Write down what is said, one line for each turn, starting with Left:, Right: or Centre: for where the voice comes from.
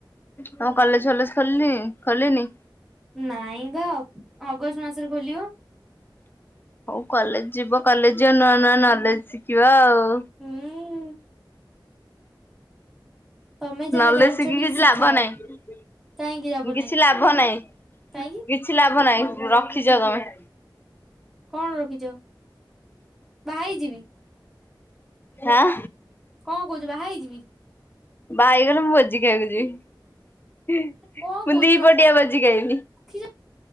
Left: ତମ କଲେଜ ଫଲେଜ ଖୋଲ୍ନି ଖୋଲିନି?
Centre: ନାଇଁ ବା ଅଗଷ୍ଟ ମାସରେ ଖୋଲିବ।
Left: ହୋଉ କଲେଜ ଯିବ କଲେଜ ନୂଆ ନୂଆ ନଲେଜ ଶିଖିବା ଆଉ।
Centre: ହୁଁ। ତମେ ଯାହା
Left: ନଲେଜ୍‌
Centre: ଜାଣିଛ
Left: ଶିଖିକି
Centre: ଟିକେ
Left: କିଛି
Centre: ଶିଖାଅ
Left: ଲାଭ ନାହିଁ।
Centre: କାହିଁକି ଲାଭ
Left: କିଛି
Centre: ନାହିଁ
Left: ଲାଭ ନାଇଁ
Centre: କାହିଁକି
Left: କିଛି ଲାଭ ନାଇଁ ରଖିଚ ତମେ।
Centre: କଣ ରଖିଚ ବାହା ହେଇ ଯିବି।
Left: ଆଁ
Centre: କଁ କୋହୁଚୁ ବାହା ହେଇଯିବି?
Left: ବାହାହେଇ ଗଲେ ମୁଁ ଭୋଜି ଖାଇବାକୁ ଯିବି
Centre: କଣ
Left: ମୁଁ
Centre: କହୁଛ
Left: ଦିପଟିଆ ଭୋଜି ଖାଇବି।
Centre: ରଖିଛ